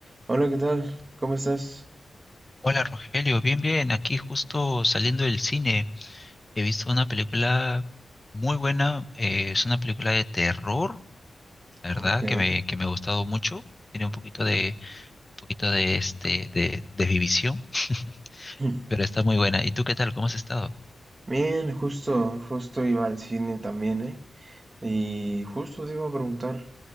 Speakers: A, on the right; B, on the left.
A: Hola, ¿qué tal? ¿Cómo estás?
B: Hola Rogelio, bien, bien, aquí justo saliendo del cine he visto una película muy buena, eh, es una película de terror, la verdad,
A: Ok,
B: que me, que me ha gustado mucho, tiene un poquito de, un poquito de este, de, de Vivisión, <laughs>
A: <clears throat> <laughs>
B: pero está muy buena. ¿Y tú qué tal? ¿Cómo has estado?
A: Bien, justo, justo iba al cine también, ¿eh? Y justo te iba a preguntar